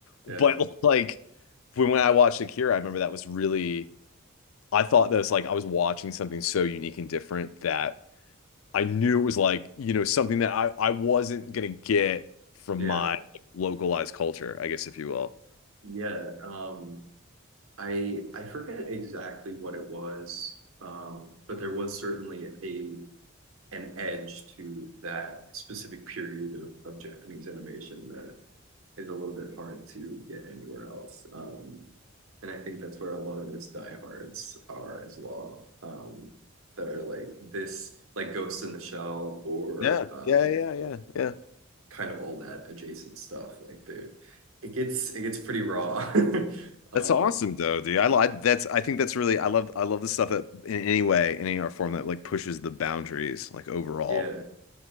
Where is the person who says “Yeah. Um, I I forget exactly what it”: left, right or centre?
Right